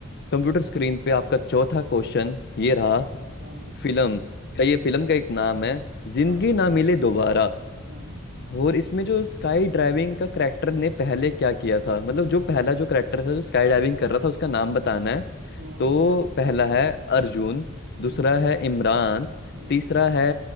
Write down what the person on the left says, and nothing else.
कंप्यूटर स्क्रीन पे आपका चौथा क्वेश्चन ये
रहा
फिल्म का ये फिल्म का एक नाम है जिंदगी
ना मिले दोबारा
और इसमें जो स्काई ड्राइविंग का करेक्टर ने पहले क्या किया था मतलब जो पहला जो करेक्टर था जो स्काई ड्राइविंग कर रहा था उसका नाम बताना है
तो पहला है अर्जुन
दूसरा है इमरान
तीसरा है